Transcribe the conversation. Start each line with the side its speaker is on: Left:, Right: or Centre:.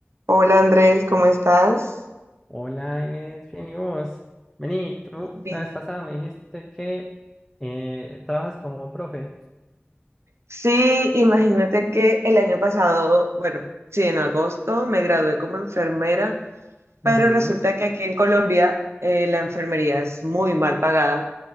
Right: Hola Andrés, ¿cómo estás?
Centre: Hola Inés, bien y vos. Vení, tú
Right: Bien.
Centre: la vez pasada me dijiste que eh, trabajas como profe.
Right: Sí, imagínate que el año pasado, bueno, sí, en agosto me gradué como enfermera, pero
Centre: Ujú.
Right: resulta que aquí en Colombia eh, la enfermería es muy mal pagada